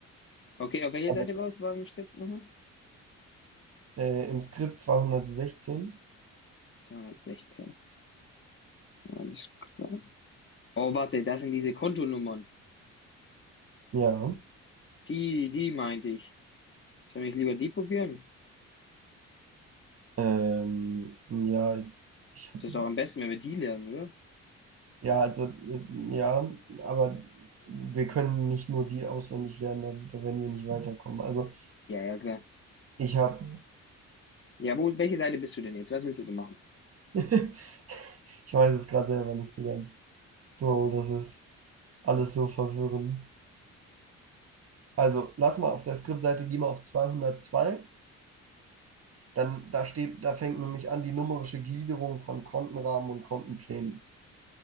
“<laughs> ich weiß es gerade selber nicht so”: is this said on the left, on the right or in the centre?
Right